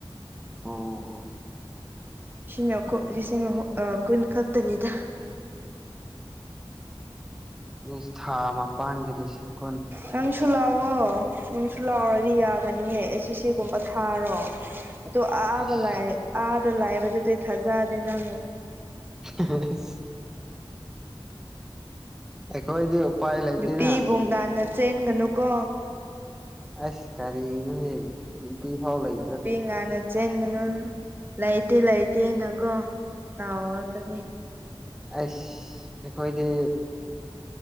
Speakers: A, in the centre; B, on the right (about 25°).
A: ꯑꯣ
B: ꯁꯤꯅꯀꯣ ꯂꯤꯁꯤꯡ ꯑꯍꯨꯝ ꯑ ꯀꯨꯟ ꯈꯛꯇꯅꯤꯗ
A: ꯏꯁ ꯊꯥ ꯃꯥꯄꯥꯟꯗ ꯂꯤꯁꯤꯡ ꯀꯨꯟ
B: ꯅꯪꯁꯨ ꯂꯥꯎꯋꯣ ꯅꯪꯁꯨ ꯂꯥꯎꯔꯗꯤ ꯌꯥꯒꯅꯤꯌꯦ ꯑꯦꯁ ꯑꯦꯁ ꯁꯤꯒꯨꯝꯕ ꯊꯥꯔꯣ ꯑꯗꯣ ꯑꯥꯕ
A: ꯑꯁ
B: ꯂꯥꯛꯑꯦ ꯑꯥꯗ ꯂꯥꯏꯕꯗꯨꯗꯤ ꯊꯥꯖꯗꯦ ꯅꯪ
A: <unintelligible> ꯑꯩꯈꯣꯏꯗꯤ ꯎꯄꯥꯏ ꯂꯩꯇꯦꯅ
B: ꯅꯨꯄꯤꯕꯨ ꯉꯥꯟꯅ ꯆꯦꯟꯒꯅꯨꯀꯣ
A: ꯑꯁ ꯀꯥꯔꯤꯒꯤꯅꯣꯍꯦ ꯅꯨꯄꯤ ꯐꯥꯎ ꯂꯩ
B: ꯅꯨꯄꯤ ꯉꯥꯟꯅ ꯆꯦꯡꯒꯅꯨ ꯂꯩꯇꯦ ꯂꯩꯇꯦ ꯅꯀꯣ ꯇꯥꯎꯔꯛꯀꯅꯤ
A: ꯑꯁ ꯑꯩꯈꯣꯏꯗꯤ